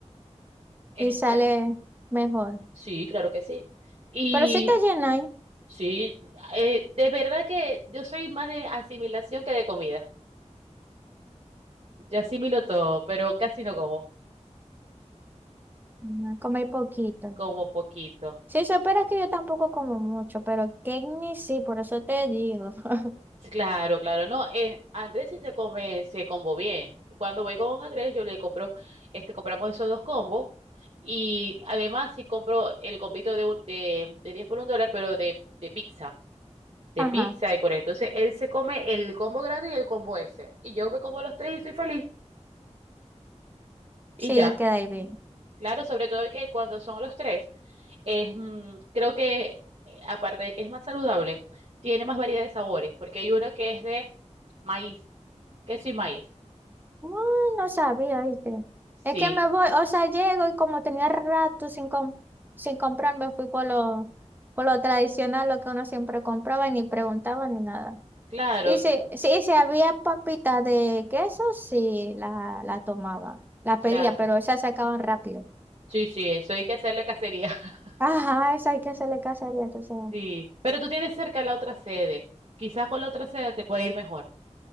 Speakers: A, on the right; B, on the right.
A: Este,
B: Y sale mejor.
A: Sí, claro que sí. Y
B: Pero sí te llenáis.
A: sí, eh, de verdad que yo soy más de asimilación que de comida. Yo asimilo todo, pero casi no como,
B: Mm, Comí poquito.
A: como poquito.
B: si supieras que yo tampoco como mucho, pero ni sí, por eso te digo. <laughs>
A: Sí, Claro, claro, no. eh, Andrés sí se come, se combo bien. Cuando voy con Andrés, yo le compro, este, compramos esos dos combos. Y además sí compro el combito de, un- de, de diez por un dólar, pero de, de pizza. De
B: Ajá,
A: pizza y por ahí. Entonces él se come el combo grande y el combo ese. Y yo me como los tres y soy feliz. Y
B: sí,
A: ya.
B: queda ahí bien.
A: Claro, sobre todo que cuando son los tres, es, mm, creo que eh, aparte de que es más saludable, tiene más variedad de sabores, porque hay uno que es de maíz, queso y maíz.
B: Mm, no sabía, ¿viste?
A: Sí,
B: Es que me voy, o sea, llego y como tenía rato sin, com- sin comprar, me fui por lo, por lo tradicional, lo que uno siempre compraba, y ni preguntaba ni nada.
A: claro,
B: Y si,
A: te fu-
B: sí, y si había papitas de queso, sí, la, la tomaba, la
A: claro.
B: pedía, pero esas se acaban rápido.
A: Sí, sí, eso hay que hacerle cacería. <laughs>
B: Ajá, esa hay que hacerle cacería, entonces.
A: Sí, pero tú tienes cerca la otra sede. Quizás con la otra sede te puede ir mejor.